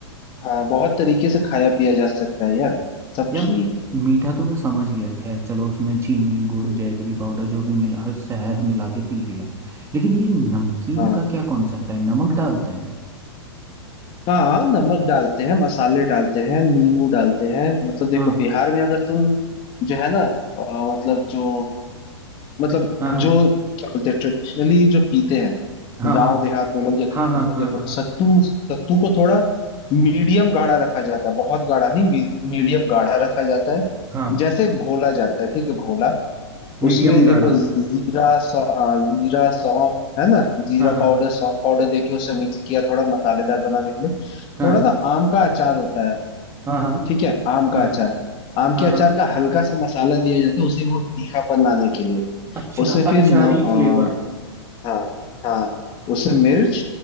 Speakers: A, on the left (about 35°); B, on the right (about 20°).
A: हाँ बहुत तरीके से खाया पिया जा सकता है यार ऐसा कुछ
B: या
A: नहीं है
B: मीठा तो मैं समझ गया खैर चलो उसमें चीनी गुड़ जैगरी पाउडर जो भी मिला हर शहद मिला के पी लिया लेकिन ये नमकीन
A: हाँ।
B: का क्या कॉन्सेप्ट है नमक डालते हैं
A: हाँ नमक डालते हैं मसाले डालते हैं नींबू डालते हैं मतलब देखो
B: हाँ
A: बिहार में अगर तुम जो है ना अ, मतलब जो मतलब
B: हाँ हाँ
A: जो क्या बोलते हैं ट्रेडिशनली जो पीते हैं
B: हाँ
A: गांव
B: हाँ
A: देहात में लोग या कहीं
B: हाँ हाँ
A: भी तो
B: हाँ
A: देखो
B: हाँ
A: सत्तू सत्तू को थोड़ा मीडियम गाढ़ा रखा जाता है बहुत गाढ़ा नहीं मी, मीडियम गाढ़ा रखा जाता है
B: हाँ
A: जैसे घोला जाता है ठीक है घोला
B: मीडियम
A: उसमें देखो
B: गाढ़ा
A: जीरा सौ हाँ जीरा सौंफ है ना जीरा
B: हाँ हाँ
A: पाउडर सौंफ पाउडर देके उसे मिक्स किया थोड़ा मसालेदार बनाने के लिए
B: हाँ
A: थोड़ा ना आम का अचार होता है
B: हाँ हाँ
A: ठीक है आम
B: हाँ
A: का अचार आम
B: हाँ
A: के अचार
B: हाँ
A: का हल्का सा मसाला दिया जाता है उसे वो तीखापन लाने के लिए
B: अच्छा
A: उसमें फिर
B: अचारी
A: न, आ,
B: फ्लेवर
A: हाँ हाँ उसमें मिर्च